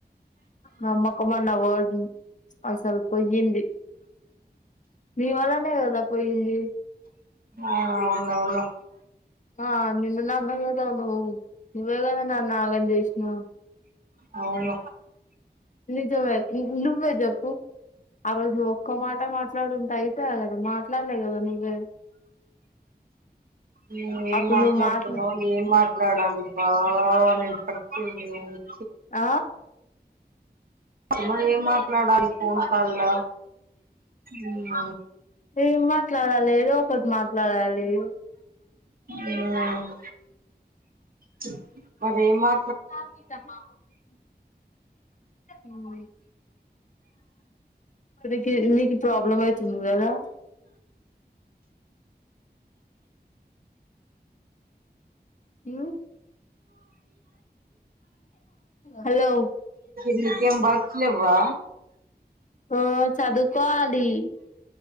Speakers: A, on the left (about 45°); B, on the right (about 60°).
A: నమ్మకం అనే వర్డ్ ని అసలు పోయింది మీ వలనే కద పోయింది
B: ఆ అవునవును
A: ఆ నిన్న నా మయ అదా నువు నువ్వేగద నన్న ఆగంద జేష్ ఆ
B: అవును
A: నిజమే నువ్వే చెప్పు ఆ రోజు ఒక్క మాట మాట్లాడుంట అయితే అగ అ మాట్లాడలేద నువే
B: ను ఏం
A: అప్పుడు
B: మాట్లాడుతున్నావు
A: నువ్వు మాట్లా
B: ఏం మాట్లాడాలి అబ్బా నేను అ <unintelligible>
A: ఆ
B: తను ఏం మాట్లాడాలి ఫోన్ కాల్ల ఉమ్
A: ఏం మాట్లాడాలి ఏదో ఒకటి మాట్లాడాలి
B: హమ్ ప్చ్ మరేం మా
A: <unintelligible> హమ్ ఇకి నీకి ప్రాబ్లమ్ అయితుంది గదా హమ్ హలో
B: నీకేం బాక్స్ లెవ్వా
A: ఆ చదువుకోవాలి